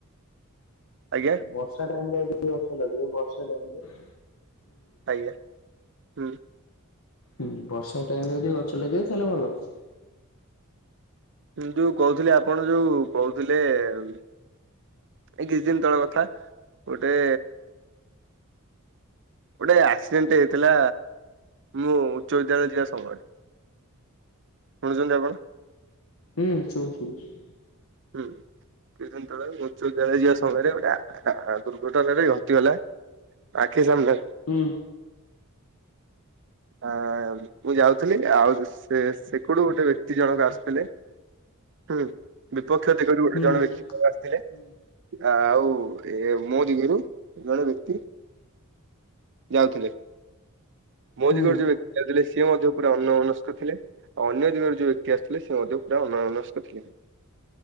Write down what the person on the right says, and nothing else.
ଆଜ୍ଞା
ଆଜ୍ଞା। ହୁଁ।
ମୁଁ ଯୋଉ କହୁଥିଲି ଆପଣ ଯୋଉ କହୁଥିଲେ ଏଇ କିଛିଦିନ ତଳ କଥା। ଗୋଟେ ଗୋଟେ ଆକ୍ସିଡେଣ୍ଟଟେ ହେଇଥିଲା ମୁଁ ଉଚ୍ଚ ବିଦ୍ୟାଳୟ ଯିବା ସମୟରେ, ଶୁଣୁଛନ୍ତି ଆପଣ?
ହୁଁ। କିଛିଦିନ ତଳେ ଉଚ୍ଚବିଦ୍ୟାଳୟ ଯିବା ସମୟରେ ଗୋଟେ ଆ-ଆ ଦୁର୍ଘଟଣାରେ ଘଟିଗଲା। ଆଖି ସାମ୍ନାରେ।
ଆ ମୁଁ ଯାଉଥିଲି ଆଉ ସେ-ସେ କଡୁ ଗୋଟେ ବ୍ୟକ୍ତି ଜଣକ ଆସୁଥିଲେ। ହୁଁ ବିପକ୍ଷ ଦିଗରୁ ଗୋଟେ
ଜଣ ବ୍ୟକ୍ତି ଆସିଥିଲେ।
ଆ ଆଉ ଏ ମୋ ଦିଗରୁ ଜଣେ ବ୍ୟକ୍ତି ଯାଉଥିଲେ। ମୋ
ଦିଗରୁ ଯୋଉ ବ୍ୟକ୍ତିଟା ଯାଉଥିଲେ ସିଏ ମଧ୍ୟ ପୁରା ଅନ୍ୟମନସ୍କ ଥିଲେ, ଆଉ ଅନ୍ୟ ଦିଗରୁ ଯୋଉ ବ୍ୟକ୍ତି ଆସୁଥିଲେ, ସେ ମଧ୍ୟ ପୁରା ଅନ୍ୟମନସ୍କ ଥିଲେ।